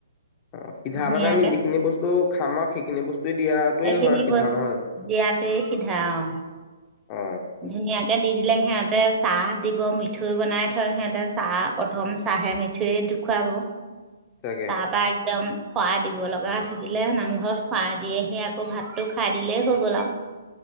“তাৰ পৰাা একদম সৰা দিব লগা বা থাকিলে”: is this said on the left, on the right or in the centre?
Right